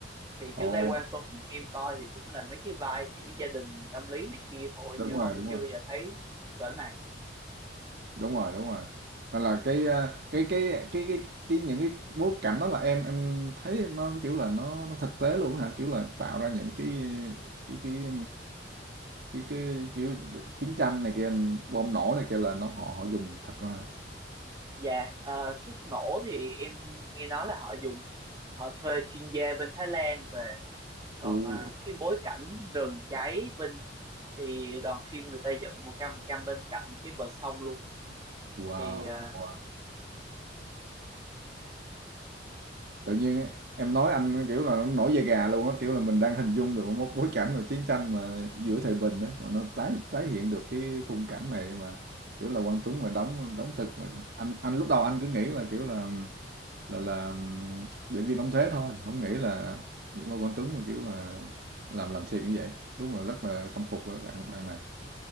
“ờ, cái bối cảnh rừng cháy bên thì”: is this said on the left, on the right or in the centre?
Right